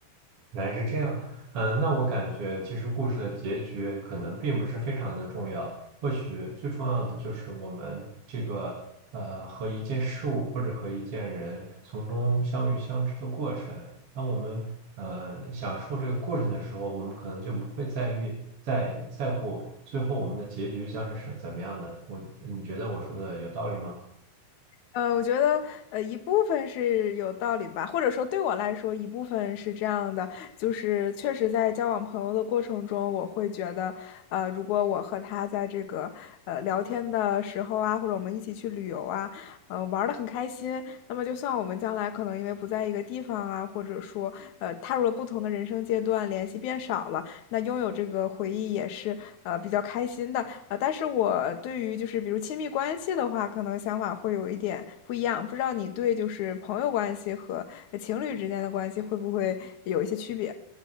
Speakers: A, on the right; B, on the left.
A: 原来是这样，嗯，那我感觉其实故事的结局可能并不是非常的重要，或许最重要的就是我们这个呃和一件事物或者和一件人从中相遇相知的过程。当我们呃享受这个过程的时候，我们可能就不会在意在在乎最后我们的结局将是什怎么样的。我，你觉得我说的有道理吗？
B: 呃，我觉得呃一部分是有道理的吧，或者说对我来说一部分是这样的，就是确实在交往朋友的过程中，我会觉得，呃，如果我和他在这个呃聊天的时候啊，或者我们一起去旅游啊，呃玩的很开心，那么就算我们将来可能因为不在一个地方啊，或者说呃踏入了不同的人生阶段，联系变少了。那拥有这个回忆也是呃比较开心的呃，但是我对于就是比如亲密关系的话，可能想法会有一点不一样，不知道你对就是朋友关系和情侣之间的关系会不会有一些区别？